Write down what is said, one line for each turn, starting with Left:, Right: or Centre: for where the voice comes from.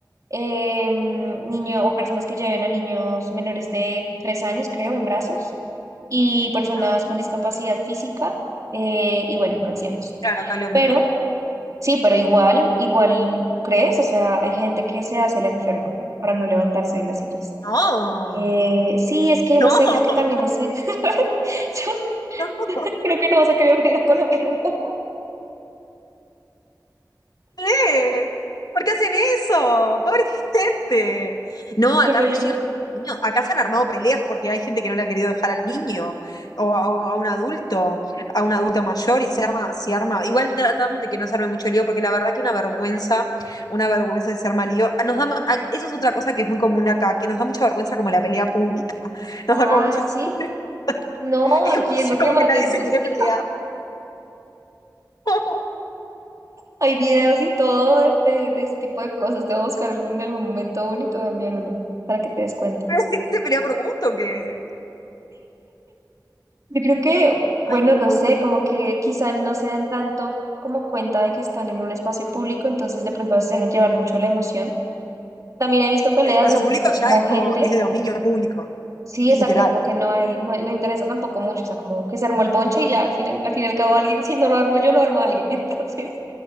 Right: em, niño o personas que lleven a niños menores de tres años, creo, en brazos y personas
Left: Ah,
Right: con discapacidad física eh, y bueno, ancianos.
Left: Claro, acá es lo
Right: Pero
Left: mismo.
Right: sí, pero igual, igual crees, o sea, hay gente que se hace la enferma para no levantarse de las sillas.
Left: No,
Right: Eh, sí, es que
Left: no,
Right: no sé,
Left: <laughs>
Right: creo que también ese, <laughs> yo
Left: no.
Right: creo que no vas a querer venir a Colombia nunca. <laughs>
Left: qué? ¿Por qué hacen eso? Pobre gente. No, acá
Right: Yo me,
Left: sí
Right: yo me-
Left: llegan niños, acá se han armado peleas porque hay gente que no le ha querido dejar al niño o a, o a un adulto, a un adulto mayor y se arma, se arma. Igual tratamos de que no se arme mucho lío porque la verdad que una vergüenza, una vergüenza de se arma lío. Ah, Nos da, ma- a- eso es otra cosa que es muy común acá, que nos da mucha vergüenza como la pelea pública. <laughs>
Right: Ah,
Left: Nos da como mucha
Right: sí.
Left: <laughs>
Right: No,
Left: entonces,
Right: aquí es lo que
Left: como
Right: más
Left: que nadie
Right: les
Left: se
Right: gusta.
Left: quiere pelear. <laughs>
Right: Hay videos y todo de, de, de ese tipo de cosas. Te voy a buscar algún, en algún momento uno y te voy a enviar uno para que te des cuenta.
Left: Pero es que se pelea por gusto que...
Right: Yo creo que, bueno,
Left: Ay,
Right: no
Left: no.
Right: sé, como que quizá no se dan tanto como cuenta de que están en un espacio público, entonces de pronto a veces se dejan llevar mucho la emoción. También he visto peleas
Left: El espacio
Right: de ese
Left: público
Right: tipo,
Left: ya
Right: como
Left: es
Right: gente,
Left: como, es de dominio público,
Right: sí,
Left: literal.
Right: exacto, como que no hay, no hay- no interesa tampoco mucho, o sea, como que se armó el bonche y ya al final, al fin y al cabo alguien, <laughs> si no lo armo yo, lo armo alguien. <laughs> Entonces,